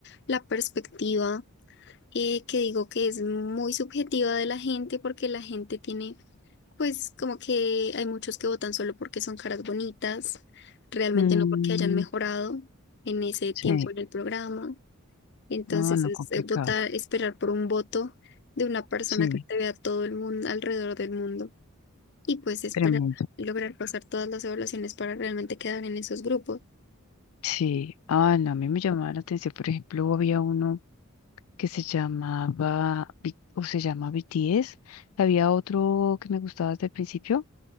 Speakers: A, on the left; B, on the left.
A: la perspectiva eh, que digo que es muy subjetiva de la gente porque la gente tiene pues como que hay muchos que votan solo porque son caras bonitas, realmente
B: Mm,
A: no porque hayan mejorado en ese
B: sí,
A: tiempo en el programa. Entonces
B: no, no
A: es
B: complicado.
A: eh, votar, esperar por un voto de una persona
B: Sí,
A: que te vea todo el mundo, alrededor del mundo, y pues esperar
B: tremendo.
A: lograr pasar todas las evaluaciones para realmente quedar en esos grupos.
B: Sí, ah, no, a mí me llamaba la atención, por ejemplo, había uno. que se llamaba, B- o se llama BTS. Había otro que me gustaba desde el principio.